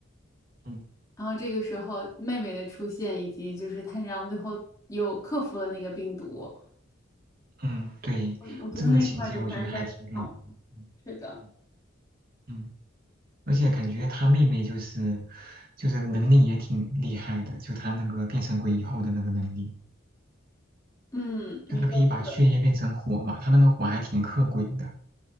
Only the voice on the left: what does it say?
然后这个时候妹妹的出现，以及就是炭治郎最后又克服了那个病毒，
我我觉得那块儿的反转挺好的。
是的，
嗯，祢豆